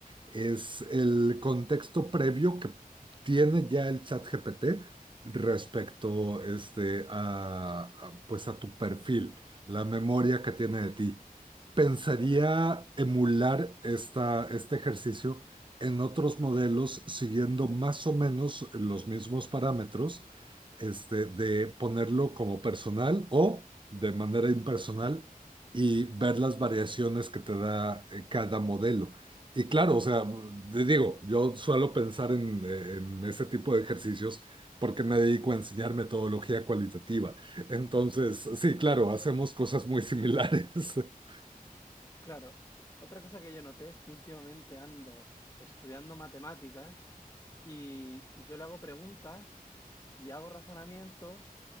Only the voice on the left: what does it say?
Correcto.
Ujú.
Claro. Otra cosa que yo noté es que últimamente ando estudiando matemáticas y yo le hago preguntas y hago razonamientos